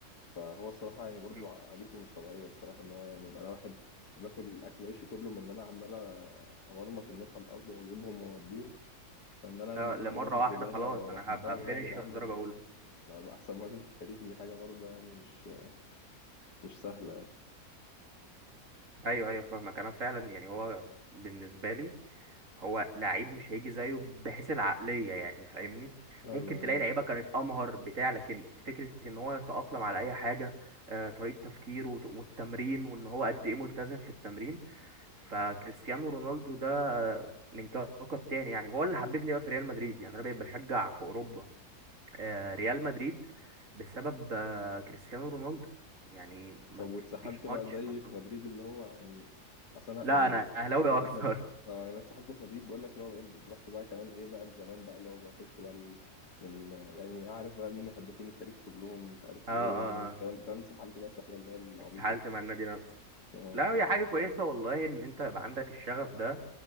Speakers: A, on the left; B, on the right.
A: فهو الصراحه يعني برضه
B: م.
A: عقليته مش طبيعيه الصراحه ان هو يعني يبقى انا واحد باكل اكل عيشي كله من ان انا عمال امرمط الناس على الارض واجيبهم واوديهم فان انا ارمي
B: آه
A: كل
B: لمره
A: ده في الزباله
B: واحده خلاص
A: واروح
B: انا
A: مقرر
B: هبقى فينيشر
A: بقى يا جدعان
B: درجه اولى
A: أنا ابقى احسن مهاجم في التاريخ دي حاجه برضه يعني مش مش سهلة
B: ايوه ايوه فاهمك انا فعلا يعني هو بالنسبه لي هو لعيب مش هيجي زيه بحيث العقلية يعني فاهمني
A: أيوة
B: ممكن تلاقي لعيبة كانت أمهر بتاع لكن فكرة إن هو يتأقلم على أي حاجة آه، طريقة تفكيره وت- والتمرين وإن هو قد إيه ملتزم في التمرين فكريستيانو رونالدو ده من كوكب تاني يعني وهو اللي حببني بقى في ريال مدريد يعني أنا بقيت بشجع في أوروبا آه، ريال مدريد بسبب آه، كريستيانو رونالدو يعني ما
A: طب واتسحلت
B: فيش ماتش
A: بقى زي
B: ما فوت-
A: في مدريد اللي هو يعني أصل أنا
B: لا
A: يعني
B: أنا
A: د-
B: أهلاوي
A: اتسحلت
B: أكتر
A: في مد...
B: <laughs>
A: اه يعني أنا اتسحلت في مدريد بقول لك اللي هو بقيت رحت بقى كمان إيه بقى لزمان بقى اللي هو بخش بقى ال... من يعني عارف بقى مين هدافين التاريخ كلهم مش عارف
B: اه
A: إيه
B: اه
A: الكلام
B: آه.
A: فاهم اتسحلت بقى السحلة اللي هي العبيطة
B: اتسحلت
A: دي
B: مع النادي نفسه
A: اه
B: لا هي حاجة كويسة والله إن أنت يبقى عندك الشغف ده